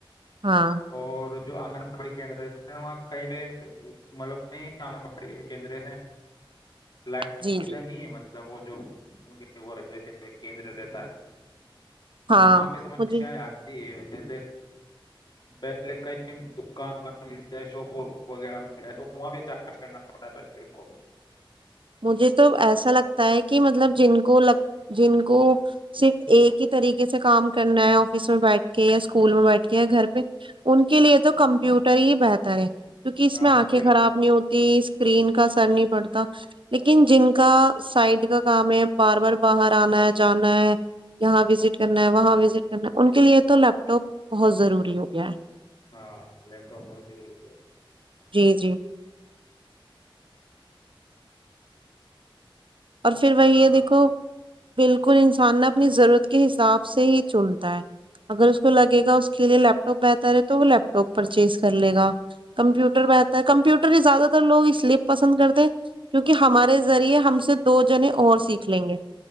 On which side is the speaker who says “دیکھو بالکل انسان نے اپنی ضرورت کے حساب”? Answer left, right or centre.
Right